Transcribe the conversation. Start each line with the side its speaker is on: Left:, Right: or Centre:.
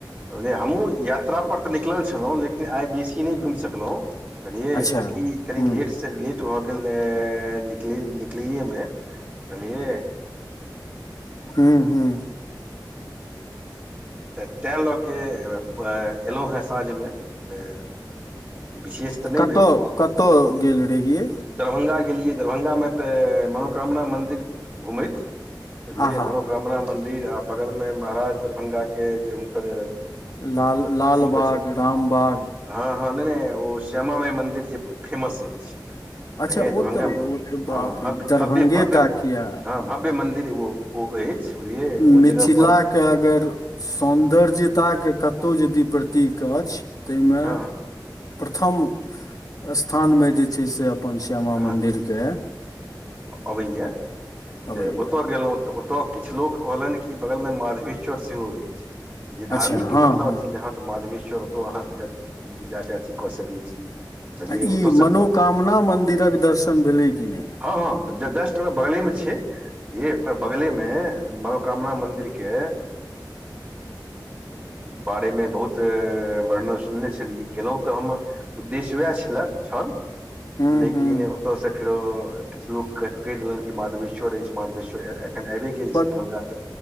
Right: ओजे हमहुँ या यात्रा पर तऽ निकलल छलहुँ लेकिन आइ बेसी नहि घुमि सकलहुँ झलियइ
Left: अच्छा
Right: चूँकि कनि
Left: हूँ
Right: लेट सँ लेट भऽ गेल निकल निकलैए मे बझलियए
Left: हू हू
Right: तऽ तैँ लऽ कऽ एलहुँ हेँ साँझमे तऽ विशेष तऽ नहि
Left: कतऽ कतहु गेल रहियै
Right: दरभंगा गेलियै दरभंगा मे तऽ मनोकामना मन्दिर घुमैत बलै
Left: आहा
Right: मनोकामना
Left: हा
Right: मंदिर आ बगल में महाराज दरभंगा के जे हुनकर
Left: लाल लालबाग
Right: अची छै
Left: रामबाग
Right: हँ हँ नहि ओ श्यामा माइ मन्दिर जे फेमस अछि
Left: अच्छा
Right: ह
Left: ओ
Right: दरभंगामे
Left: तऽ ओ तऽ बाप
Right: हँ भव्य
Left: रे दरभंगे
Right: भव्य भव्य
Left: टा किया
Right: हँ भव्य मन्दिर ओ ओ अछि बुझलियै
Left: मिथिला
Right: ओ जगह पर
Left: के अगर सौन्दर्यताा के कतौ यदि प्रतीक अछ ताहिमे
Right: हँ
Left: प्रथम स्थानमे जे छै से अपन श्यामा
Right: हँ
Left: मन्दिरके
Right: अबैया
Left: अबैया
Right: तऽ ओतऽ गेलहुँ तऽ किछु लोक कहलनि कि बगल मे माधवेश्वर सेहो अछि जे धार्मिक
Left: अच्छा
Right: के
Left: हँ
Right: मतलब
Left: हँ
Right: अछि तऽ माधवेश्वर ओतौ अहाँ जाक अथी कऽ सकैत छी बुझलियै
Left: आ ई
Right: ओतयसँ
Left: मनोकामना मंदिरक दर्शन भेले कि नय
Right: हँ ह जस्ट ओकर बगले मे छै ओकर बगले मे मे मनोकामना मन्दिर के अ बारेमे बहुत वर्णन सुनने छलियै गेलहुँ तऽ हम उद्देश्य उएह छल छल
Left: हूं
Right: लेकिन
Left: हूं
Right: ओतयसँ फेरो किछु लोककेँ कहि देलनि कि माधवेश्वर अछि मधवेश्वर एखन आबिे गेल
Left: बड़
Right: छी दरभंगा तऽ